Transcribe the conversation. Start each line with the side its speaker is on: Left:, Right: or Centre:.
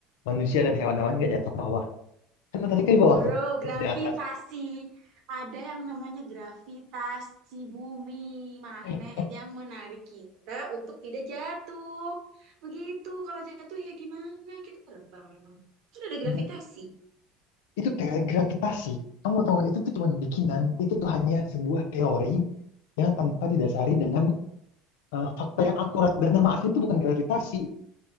Left: manusia dan hewan-hewan nggak jatuh ke bawah kan Antartika di bawah
Right: bro
Left: tuh
Right: gravitasi
Left: di atas
Right: ada yang namanya gravitasi bumi magnet
Left: Eh,
Right: yang menarik kita untuk tidak jatuh begitu kalau jatuh ya gimana kita terbang emang Kan ada gravitasi
Left: eh, itu teori gravitasi. Kamu tahu nggak, itu tuh cuma bikinan, itu tuh hanya sebuah teori yang tanpa didasari dengan eh, fakta yang akurat dan nama asli itu bukan gravitasi.